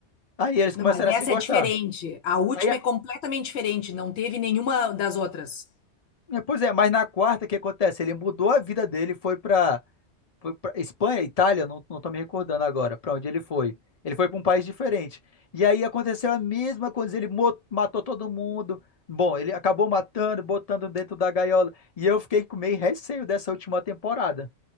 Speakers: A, on the left; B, on the left.
A: Aí eles
B: Não,
A: começaram
B: mas essa
A: a se gostar.
B: é diferente. A última
A: Aí, a-
B: é completamente diferente, não teve nenhuma das outras.
A: é, pois é, mas na quarta o que acontece? Ele mudou a vida dele, foi para Foi pra Espanha, Itália, não, não tô me recordando agora pra onde ele foi. Ele foi pra um país diferente. E aí aconteceu a mesma coisa, ele mo- matou todo mundo. Bom, ele acabou matando, botando dentro da gaiola. E eu fiquei com meio receio dessa última temporada.